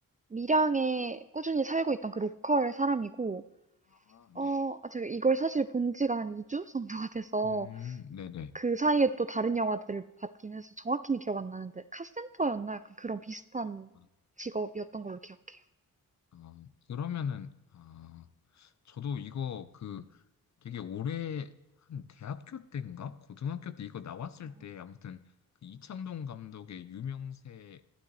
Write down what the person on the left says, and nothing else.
아,
네.
음, 네네.
아,
아, 그러면은, 아, 저도 이거 그 되게 오래 한 대학교 때인가? 고등학교 때 이거 나왔을
때 아무튼 그 이창동 감독의 유명세